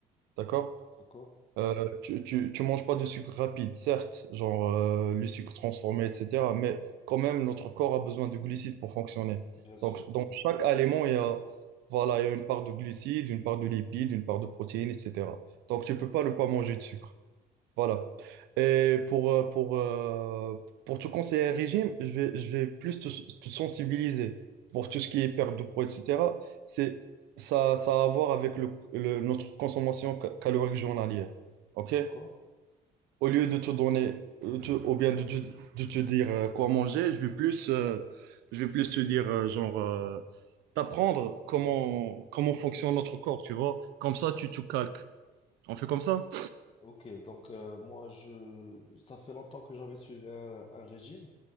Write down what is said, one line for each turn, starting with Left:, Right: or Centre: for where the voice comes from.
Right: d'accord?
Left: D'accord?
Right: Euh, tu, tu, tu manges pas de sucre rapide, certes, genre euh, le sucre transformé, etc. Mais quand même, notre corps a besoin de glucides pour fonctionner.
Left: Bien sûr.
Right: Donc, dans chaque aliment, il y a, voilà, il y a une part de glucides, une part de lipides, une part de protéines, etc. Donc, tu peux pas ne pas manger de sucre. Voilà. Et pour, euh, pour, euh, pour te conseiller un régime, je vais, je vais plus te, te sensibiliser pour tout ce qui est perte de poids, etc. C'est, ça, ça a à voir avec le, le- notre consommation ca- calorique journalière. OK?
Left: D'accord?
Right: Au lieu de te donner, euh, te- ou bien de te, de te dire euh, quoi manger, je vais plus, euh, je vais plus te dire, euh, genre, euh, t'apprendre comment, comment fonctionne notre corps, tu vois? Comme ça, tu te calques. On fait comme ça?
Left: Ok, donc euh, moi je ça fait longtemps que j'avais suivi un, un régime